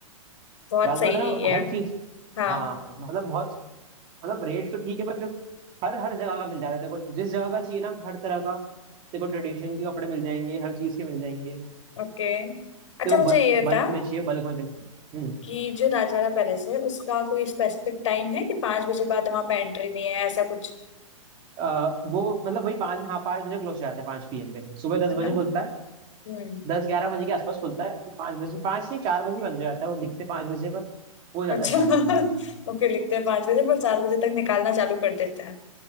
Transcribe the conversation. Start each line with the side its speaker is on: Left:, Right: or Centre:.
Left: बहुत
Right: राजवाड़ा
Left: सही
Right: में
Left: है
Right: हर चीज
Left: हाँ
Right: हाँ मतलब बहुत मतलब रेट तो ठीक है पर जो हर हर जगह का मिल जाता है तेरे को जिस जगह का चाहिए ना हर तरह का तेरे को ट्रेडिशन के कपड़े मिल जाएंगे हर चीज के मिल जाएंगे
Left: ओके अच्छा
Right: तेरे
Left: मुझे
Right: को
Left: ये
Right: बल्क
Left: था
Right: में चाहिए बल्क में चाहिए हम्म।
Left: कि जो राजवाड़ा पैलेस है उसका कोई स्पेसिफिक टाइम है कि पांच बजे बाद वहां पे एंट्री नहीं है ऐसा कुछ
Right: अ, वो मतलब वही पाँच हाँ पाँच बजे क्लोज हो जाता है पाँच पीएम पे सुबह दस
Left: है
Right: बजे
Left: ना
Right: खुलता है
Left: हम्म
Right: दस ग्यारह बजे के आसपास खुलता है तो पाँच बजे पाँच से चार बजे बंद हो जाता है वो दिखते पाँच बजे पर हो जाता
Left: अच्छा
Right: है चार
Left: <laughs>
Right: बजे में
Left: ओके लिखते हैं पांच बजे पर चार बजे तक निकालना चालू कर देते हैं